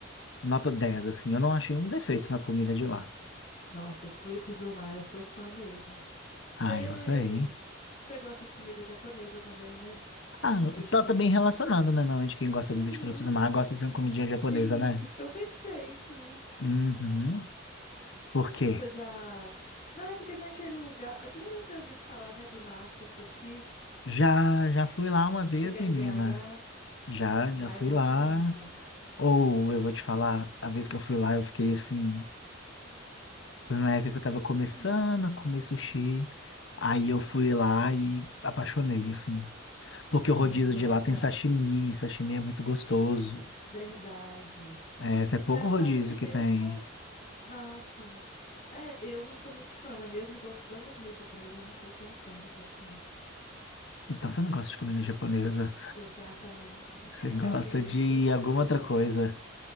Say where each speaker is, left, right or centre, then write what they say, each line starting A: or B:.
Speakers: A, on the left; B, on the left.
A: nota 10, assim. Eu não achei um defeito na comida de lá.
B: Nossa, frutos do mar, eu sou fã mesmo. Você
A: Ah, eu sei.
B: você gosta de comida japonesa também, né?
A: Ah,
B: Sushi,
A: tá também
B: assim.
A: relacionado, né? Normalmente quem gosta
B: Uhum.
A: muito de frutos do mar gosta de uma comidinha japonesa,
B: Sim,
A: né?
B: por isso que eu pensei, sim.
A: Uhum. Por quê?
B: Você já. Não, é porque tem aquele lugar. Você já deve ter ouvido falar, né, do Nashi Sushi.
A: Já, já fui lá uma vez,
B: Você que é
A: menina.
B: de BH?
A: Já,
B: Lá
A: já fui
B: é bom
A: lá.
B: também, cara.
A: Ou eu vou te falar, a vez que eu fui lá, eu fiquei assim. Foi numa época que eu tava
B: Hum,
A: começando a comer sushi. Aí eu fui lá e apaixonei, assim. Porque
B: Sim,
A: o rodízio
B: lá
A: de
B: é
A: lá
B: bom.
A: tem sashimi, sashimi é muito gostoso.
B: Verdade.
A: É, esse é pouco
B: Engraçado
A: rodízio
B: que mesmo.
A: que tem.
B: Ah, sim. É, eu não sou muito fã, né? Mesmo gostando da comida japonesa, eu não sou tão fã do sashimi.
A: Então você não gosta de comida japonesa.
B: Exatamente.
A: Você
B: <laughs>
A: gosta
B: É o que dizem.
A: de alguma outra coisa?